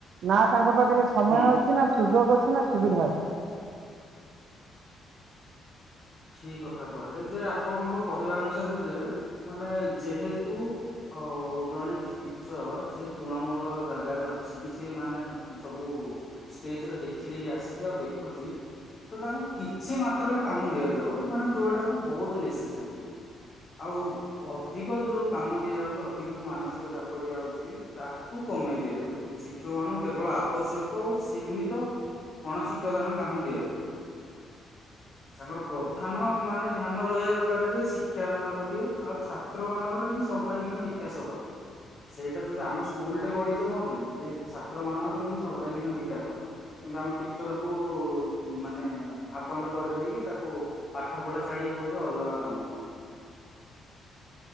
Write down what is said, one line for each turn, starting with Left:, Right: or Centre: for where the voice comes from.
Right: ନା ତାଙ୍କ ପାଖରେ ସମୟ
Left: ହୁଁ।
Right: ଅଛି ନା ସୁଯୋଗ ଅଛି ନା ସୁବିଧା ଅଛି-
Left: ଠିକ କଥା କହିଲେ ଯେ ଆପଣଙ୍କ କହିବା ଅନୁସାରେ ଯେ ମାନେ ଯେହେତୁ- ଓ ଜଣେ ଟିଚର ସେ ତୃଣମୂଳ ଜାଗାରେ ଅଚ - ଛି ସେ ମାନେ ସବୁ ଷ୍ଟେଜରେ ଦେଖିଦେଖି ଆସିଚି ଆଉ ଦେଖୁଚି ତ ତାକୁ କିଛି ମାତ୍ରରେ କାମ ଦିଆଯାଉ <unintelligible> ମାନେ ଯୋଉଟାକୁ ବହୁତ ନେସେସରି ଆଉ ଅଧିକ ଯୋଉ କାମ ଦିଆଯାଉଚି ଅଧିକ ଯୋଉ ମାନସିକ ଚାପ ଦିଆଯାଉଚି ତାକୁ କମେଇ ଦିଆଯାଉ ଶିକ୍ଷକ ମାନଙ୍କୁ କେବଳ ଆବଶ୍ୟକ ଓ ସୀମିତ ଅଣଶିକ୍ଷା ଦାନ କାମ ଦିଆଯାଉ ତାଙ୍କର - ପ୍ରଧାନ ମାନେ ଧ୍ୟାନ ରହିବା ଦରକାର ଯେ ଶିକ୍ଷାଦାନ କରିବ ଆଉ ଛାତ୍ର ମାନଙ୍କର କିନ୍ତି ସର୍ବାଙ୍ଗୀନ ବିକ କାସ ହବା - ସେଇଟା ତ ଯଦି ଆମ ସ୍କୁଲଟେ ଗଢିଚେ କଣ ପାଇଁ ଯେ ଛାତ୍ର ମାନଙ୍କର କେମିତି ସର୍ବାଙ୍ଗୀନ ବିକାଶ ହବ କିନ୍ତୁ ଆମେ ଟିଚରକୁୁ ମାନେ ଆପଣ୍ଡ କରିଦେଇକି ତାକୁ ପାଠ ପଢା ଛାଡିକି କହୁଚ ଅଲଗା କାମ କର